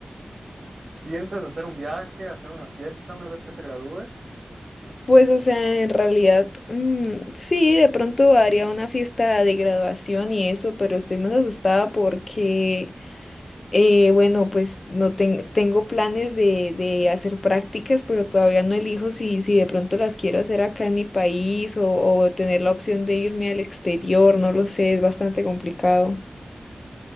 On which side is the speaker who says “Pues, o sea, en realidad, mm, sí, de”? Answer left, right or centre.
Left